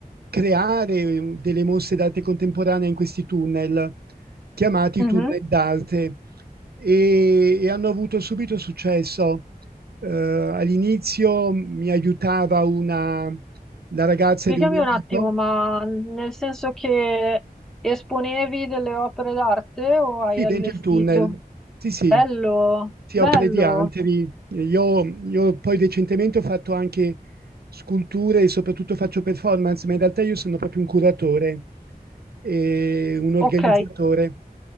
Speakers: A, on the right; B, in the centre.
A: creare delle mostre d'arte contemporanea in questi tunnel, chiamati
B: mm-hmm.
A: tunnel d'arte, e, e hanno avuto subito successo. Eh, all'inizio mi aiutava una, la ragazza
B: Spiegami
A: di un mio
B: un
A: amico,
B: attimo, ma nel senso che esponevi delle opere d'arte o hai
A: Sì,
B: allestito?
A: dentro il tunnel. Sì, sì.
B: Bello,
A: Sì,
B: bello.
A: opere di altri. Io io poi recentemente ho fatto anche sculture e soprattutto faccio performance, ma in realtà io sono proprio un curatore e un organizzatore.
B: Ok,